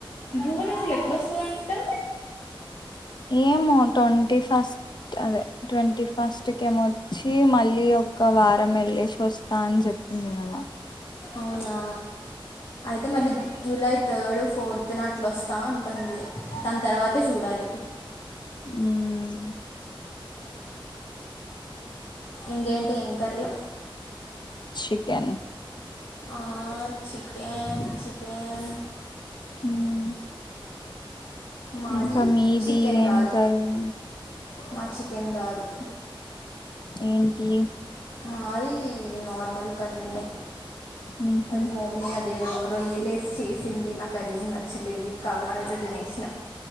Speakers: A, on the left; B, on the left.
A: భువన్ అసలు ఎప్పుడు వస్తది అంటా
B: ఏమో ట్వంటీ ఫస్ట్ అదే ట్వంటీ ఫస్ట్ కి ఏమొచ్చి మళ్ళీ ఒక ఒక వారం వెళ్ళసి వస్తా అని చెప్పింది కథ
A: అవునా అయితే మళ్ళీ జూలై థర్డ్ ఫోర్త్ నా అట్లొస్తా అంటుంది దాని తర్వాతే చూడాలి
B: మ్మ్
A: ఇంకేంటి ఏం కర్రీ
B: చికెన్
A: ఆ చికెన్ చికెన్
B: మ్మ్
A: మాది
B: ఇంకా మీది
A: చికెన్
B: ఏం
A: కాదు
B: కర్రీ
A: మా చికెన్ కాదు
B: ఏంటి
A: మాది నార్మల్ కర్రనే
B: మ్మ్ హు
A: అది మమ్మీ అది యేదో రొయ్యలు యేసి చేసింది నాకు అదేం నచ్చలేదు కాకర్యకాయతో తీనేసిన